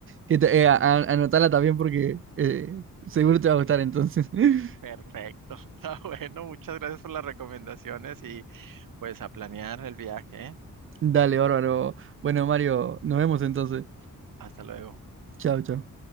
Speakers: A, on the right; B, on the right.
A: que te- eh, a- a- anotala también porque eh, seguro te va a gustar entonces. <laughs>
B: Perfecto, <laughs> está bueno, muchas gracias por las recomendaciones y pues a planear el viaje, ¿eh?
A: Dale, bárbaro. Bueno, Mario, nos vemos entonces.
B: Hasta luego.
A: Chao, chao.